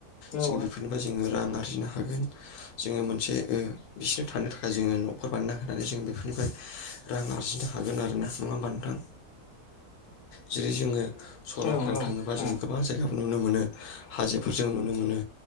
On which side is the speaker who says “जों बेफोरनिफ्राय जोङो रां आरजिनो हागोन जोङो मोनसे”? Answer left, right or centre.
Left